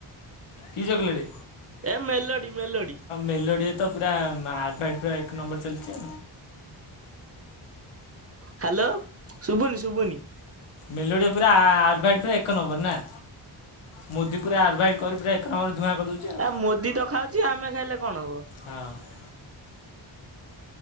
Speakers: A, on the left; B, on the right.
A: କି ଚକୋଲେଟ?
B: ଏ ମେଲୋଡି ମେଲୋଡି
A: ମେଲୋଡ଼ିଏ ତ ପୁରା ଆରଭାଇଡ଼ ପୁରା ଏକ ନମ୍ବର ଚାଲିଛି।
B: ହ୍ୟାଲୋ ଶୁଭୁନି ଶୁଭୁନି।
A: ମେଲୋଡ଼ିଆ ପୁରା ଆର ବାଇଟ୍ ପ ଏକ ନମ୍ବର ନା। ମୋଦି ପୁରା ଆରଭାଇଟ କରି ପୁରା ଏକ ନବରେ ଧୂଆଁ କରିଦଉଛି ଆଉ।
B: ଆ ମୋଦି ତ ଖାଉଛି ଆମେ ଖାଇଲେ କଣ ହବ
A: ହଁ।